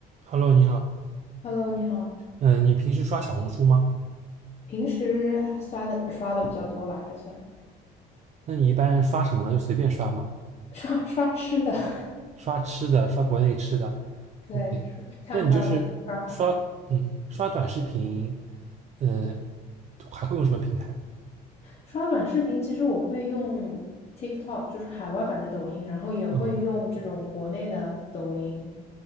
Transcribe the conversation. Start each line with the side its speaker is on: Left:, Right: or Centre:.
Right: Hello，你好，
Left: Hello，你好，
Right: 嗯，你平时刷小红书吗？
Left: 平时呃刷的刷的比较多吧，还算
Right: 那你一般刷什么呢？就随便刷吗？
Left: 刷刷吃的，<laughs>
Right: 刷吃的，刷国内吃的
Left: 对，
Right: ，OK。
Left: 是看不到那就刷刷
Right: 那你就是刷，嗯，刷短视频，嗯，还会用什么平台？
Left: 刷短视频。其实我会用 TikTok，就是海外版的抖音，然后也会用这种国内的抖音，
Right: 嗯